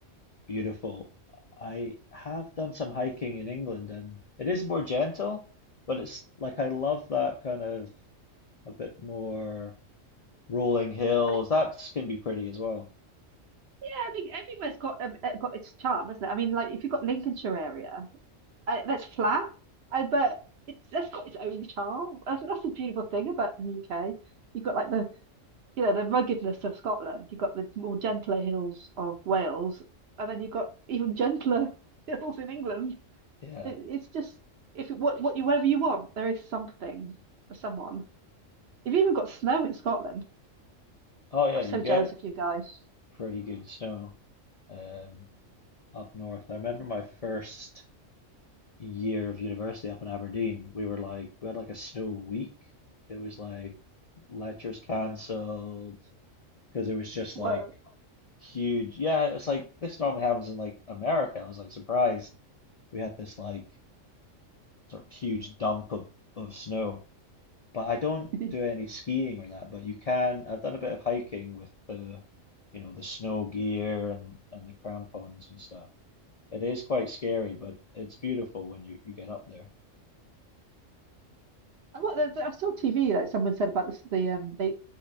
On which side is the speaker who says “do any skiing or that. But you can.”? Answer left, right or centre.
Left